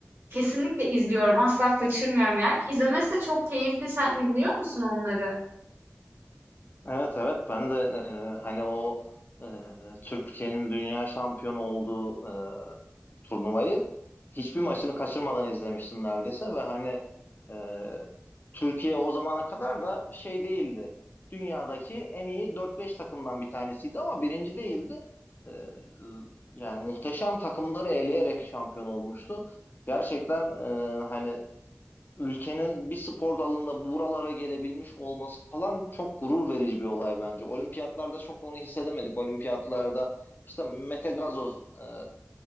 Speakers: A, on the right; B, on the left.
A: kesinlikle izliyorum. Asla kaçırmıyorum yani. İzlemesi de çok keyifli. Sen izliyor musun onları?
B: Evet evet ben de e, hani o e, Türkiye'nin dünya şampiyonu olduğu e, turnuvayı hiçbir maçını kaçırmadan izlemiştim neredeyse ve hani e, Türkiye o zamana kadar da şey değildi. Dünyadaki en iyi dört beş takımdan bir tanesiydi ama birinci değildi. E, yani muhteşem takımları eleyerek şampiyon olmuştu. Gerçekten e, hani ülkenin bir spor dalında buralara gelebilmiş olması falan çok gurur verici bir olay bence. Olimpiyatlarda çok onu hissedemedik. Olimpiyatlarda işte Mete Gazoz e,